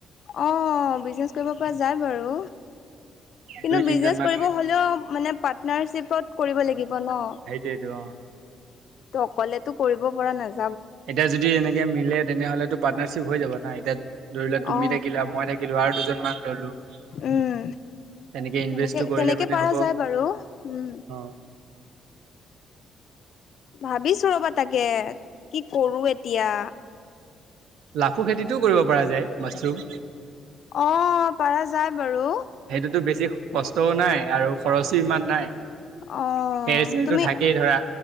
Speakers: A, on the left; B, on the right.
A: অ', বিজনেছ কৰিব পৰা যায় বাৰু। কিন্তু,
B: দুই তিনজন
A: বিজনেচ
B: মান
A: কৰিব
B: মিলি
A: হ'লেও মানে পাৰ্টনাৰশ্বিপত কৰিব লাগিব ন?
B: সেইটো অ'।
A: ত' অকলেতো কৰিব পৰা নায
B: এতিয়া যদি এনেকে মিলে, তেনেহ'লেতো পাৰ্টনাৰশ্বিপ হৈ যাব না। এতিয়া ধৰি লোৱা তুমি
A: অ
B: থাকিলা, মই থাকিলোঁ আৰু দুজন মান ল'লো। তেনেকে
A: উম তেনেকে
B: ইনভেষ্টও কৰিলে
A: তেনেকে
B: মানে
A: পৰা
B: হ'ব।
A: যায়
B: অ'।
A: বাৰু উম ভাবিছো ৰ'বা তাকে, কি কৰোঁ এতিয়া?
B: লাফু খেতিটোও কৰিব পৰা যায়, মাছৰুম।
A: অ', পাৰা যায় বাৰু।
B: সেইটোতো বেছি কষ্টও নাই আৰু খৰচো ইমান নাই।
A: অ'।
B: খেৰ চেৰটো
A: তুমি,
B: থাকেই ধৰা